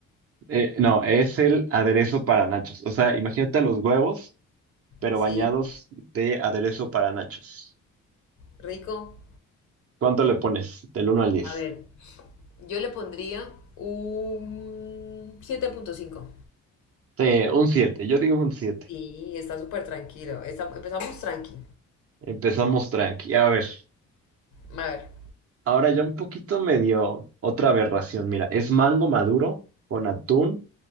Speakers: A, on the right (about 50°); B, on the left (about 75°).
A: Eh, no, es el aderezo para nachos. O sea, imagínate a los huevos pero
B: Sí,
A: bañados de aderezo para nachos.
B: rico.
A: ¿Cuánto le pones? Del uno al 10.
B: A ver, yo le pondría un siete punto cinco.
A: Sí, un 7. yo digo un 7.
B: Sí, está súper tranquilo. Está- empezamos tranqui.
A: Empezamos tranqui. A ver,
B: A ver,
A: ahora ya un poquito medio otra aberración. Mira, es mango maduro con atún